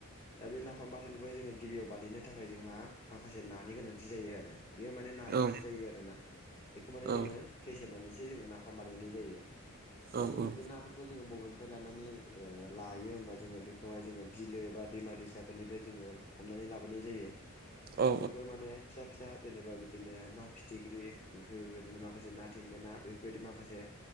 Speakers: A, on the left; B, on the right.
A: दा बे नाफाम बाथोनखौहाय जोङो गिबियाव बानायनो थाखाय जोंहा माखासे नानि गोनांथि जायो आरो। बेयो माने नाजोंसो
B: औ
A: जायो आरो ना बेखौ माने
B: औ
A: जोङो फेसेवनानैसो जोङो नाफाम बानायनाय जायो दा
B: औ
A: जोङो बे नाफ फोरखौ जोङो बबेनिफ्राय लानानै ओ लायो होमबा जोङो बेखौहाय जोङो बिलो बा दैमा दैसाफोरनिफ्राय जोङो हमनानै लाबोनाय जायो जों
B: औ
A: बेखौहाय माने फिसा फिसा जेनेबा बिदिनो ना फिथिख्रि बेफोरबायदिनो माखासे ना थिंगोना बेफोरबायदि माखासे